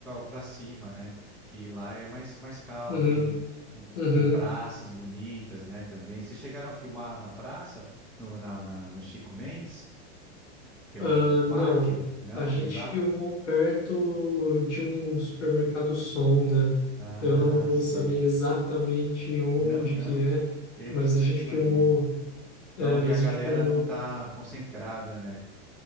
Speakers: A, in the centre; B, on the left.
A: para cima, né? Que lá é mais, mais calmo,
B: Uhum,
A: tem, um- um,
B: uhum.
A: tem praças bonitas, né? Também. Vocês chegaram a filmar na praça, no, na, na- no Chico Mendes, que é
B: Ah,
A: um
B: não,
A: parque? Não,
B: a gente
A: ele lá.
B: filmou perto de um supermercado Sonda.
A: Ah,
B: Eu não vou
A: sei.
B: saber exatamente onde
A: Não, não.
B: que é,
A: Eu
B: mas
A: mais ou
B: a
A: menos
B: gente
A: imagino.
B: filmou. É,
A: Onde
B: mas
A: a galera
B: a gente filmou.
A: não tá concentrada, né?